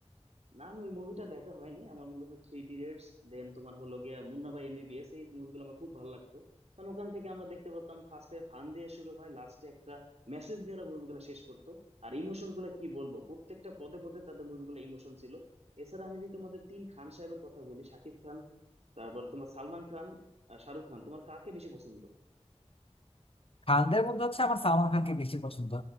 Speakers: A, on the right (about 70°); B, on the left (about 55°).
A: না আমি ওই মুভিটা দেখা হয়নি আমার মূলত থ্রি ইডিয়টস দেন তোমার হলো গিয়া মুন্না ভাই এমবিবিএস এই মুভিগুলো আমার খুব ভালো লাগতো কারণ ওখান থেকে আমরা দেখতে পারতাম ফার্স্টে ফান দিয়ে শুরু হয় লাস্টে একটা মেসেজ দিয়ে ওরা মুভিগুলো শেষ করতো আর ইমোশন গুলো কি বলবো প্রত্যেকটা পদে পদে তাদের মুভিগুলো ইমোশন ছিল এছাড়া আমি যদি তোমাদের তিন খান সাহেবের কথা বলি শাকিব খান তারপরে তোমার সালমান খান আর শাহরুখ খান তোমার কাকে বেশি পছন্দ
B: খানদের মধ্যে হচ্ছে আমার সালমান খানকে বেশি পছন্দ